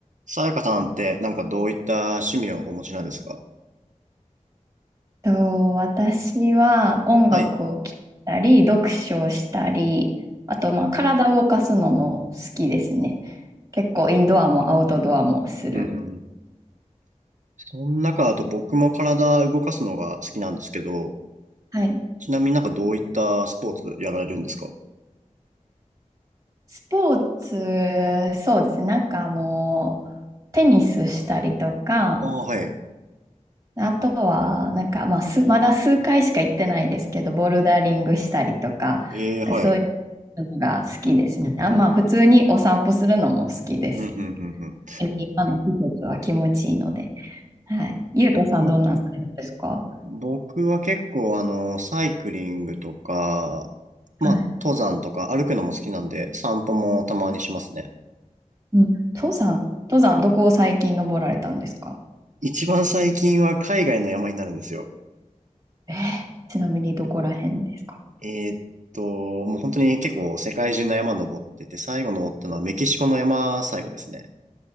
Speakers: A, on the right; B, on the right.
A: さやかさんってなんかどういった趣味をお持ちなんですか
B: と、私は音楽を聴いたり、
A: はい。
B: 読書をしたり、あと、まあ、体を動かすのも好きですね。結構、インドアもアウトドアもする。
A: うんうんうん。その中だと僕も体動かすのが好きなんですけど、
B: はい。
A: ちなみになんかどういったスポーツやられるんですか
B: スポーツ、そうですね。なんかあの、テニスしたりとか、
A: ああ、はい。
B: あとは、なんか、まあ、す、まだ数回しか行ってないですけど、ボルダリングしたりとか、
A: ええ、はい。
B: そういうのが好きですね。あ、まあ、普通にお散歩するのも好きです。
A: うんうんうんうん。
B: 今の季節は気持ちいいので。はい。ゆうとさん、
A: 僕、
B: どんなんされるんですか
A: 僕は結構あの、サイクリングとか、まあ、
B: はい。
A: 登山とか歩くのも好きなんで、散歩もたまにしますね。
B: うん。登山、登山、どこを最近登られたんですか
A: 一番最近は海外の山になるんですよ。
B: えーちなみにどこら辺ですか
A: えーっと、もう本当に結構世界中の山登ってて、最後登ったのはメキシコの山最後ですね。